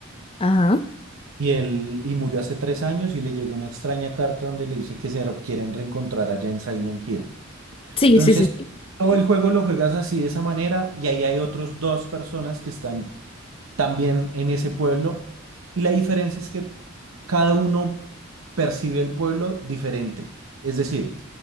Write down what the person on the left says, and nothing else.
ajá.
Sí,
sí, sí, sí.